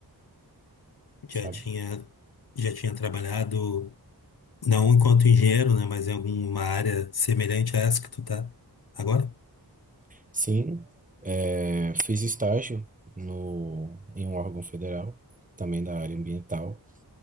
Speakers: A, on the left; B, on the right.
A: Já
B: sabe?
A: tinha, já tinha trabalhado, não enquanto engenheiro, né? Mas em alguma área semelhante a essa que tu tá agora.
B: Sim, é, fiz estágio no, em um órgão federal, também da área ambiental,